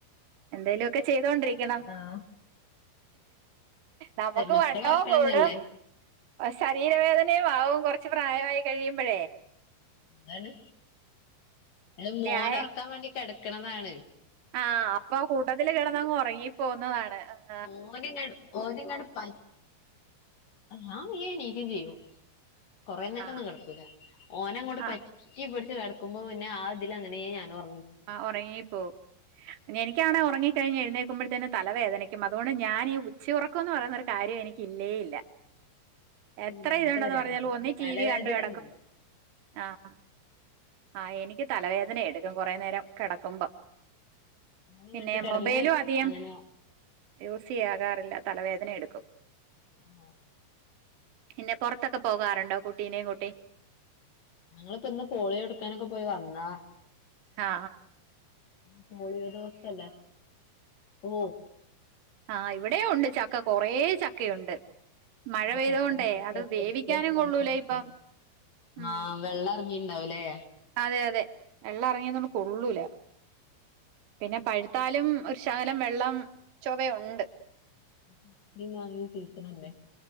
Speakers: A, on the right; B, on the left.
A: എന്തേലൊ ക്കെ ചെയ്തോണ്ടിരിക്കണം.
B: ആഹ്
A: നമുക്ക്
B: മക്കളെ
A: വണ്ണോം
B: ഒറക്കണംന്നല്ലേ
A: കൂടും അസ് വേദനയും ആവും കൊറച്ച് പ്രായവായി കഴിയുമ്പഴേ
B: എന്താണ് അത് മോനെ
A: വ്യായ
B: ഒറക്കാൻ വേണ്ടി കെടക്ക്ണതാണ്.
A: ആഹ് അപ്പൊ കൂട്ടത്തില് കെടന്നങ്ങ് ഒറങ്ങി പോവുന്നതാണ് ആ
B: ഓന്ങ്ങട് ഓന്ങ്ങട് പറ്റി <unintelligible> ക്കും ചെയ്യും കൊറേ നേരം
A: ആഹ്
B: ഒന്നും കെടക്കൂല ഓനങ്ങോട്
A: ആഹ്
B: പറ്റി പിടി ച്ച് കെടക്കുമ്പോ പിന്നെ ആ ഇതില് അങ്ങനേ ഞാനും ഒ
A: ആഹ് ഒറങ്ങിപ്പോവും ന്നെ എനിക്കാണേ ഒറങ്ങി ക്കഴിഞ്ഞ് എഴ്ന്നേക്കുമ്പഴ്ത്തേന് തലവേദനിയ്ക്കും അതുകൊണ്ട് ഞാനീ ഉച്ചയുറക്കൊന്ന് പറയുന്നൊരു കാര്യം എനിക്ക് ഇല്ലേ ഇല്ല. എത്ര
B: പിന്നെ അങ്ങനത്തെ
A: ഇതുണ്ടന്ന്
B: പരിപാടിയൊന്നുമില്ല
A: പറഞ്ഞാലും ഒന്നേ ടി
B: തലവേദന
A: വി കണ്ട് കെടക്കും
B: ഒന്നുമില്ല
A: ആഹ്. ആഹ് എനിക്ക് തലവേദന എടുക്കും കൊറേ നേരം കെടക്കുമ്പം
B: ഫോണും
A: പിന്നെ
B: കണ്ട് കിടന്ന്
A: മൊബൈലും അധികം
B: അങ്ങനെ
A: യൂസ്യ്യാകാറില്ല. തലവേദന എടുക്കും.
B: ആണോ?
A: പിന്നെ പൊറത്തൊക്കെ പോകാറുണ്ടോ കുട്ടീനേ കൂട്ടി?
B: ഞങ്ങള്‌പ്പ ഇന്ന് പോളിയോ കൊട്ക്കാനൊക്കെ പോയി വന്നതാ.
A: ഹാ
B: ഇന്ന് പോളിയോ ദിവസല്ലെ ഓഹ്.
A: ആഹ് ഇവിടെയും ഉണ്ട് ചക്ക കുറെ ചക്കയുണ്ട്. മഴ പെയ്തോണ്ടേ
B: ചക്ക ചക്ക
A: അത്
B: പൊരിക്കലും
A: വേവിക്കാനും
B: ഇതാക്കലുമൊക്കെയാ
A: കൊള്ളൂല ഇപ്പം ഉം
B: ആഹ് വെള്ളേർ ഇനി ഉണ്ടാവുല്ലേ
A: അതെ അതെ വെള്ളം ഇറങ്ങിയന്നൊ കൊള്ളൂല പിന്നെ പഴുത്താലും ഒരു ശകലം വെള്ളം ചൊവയുണ്ട്.
B: ചക്കേം മാങ്ങേം സീസണല്ലേ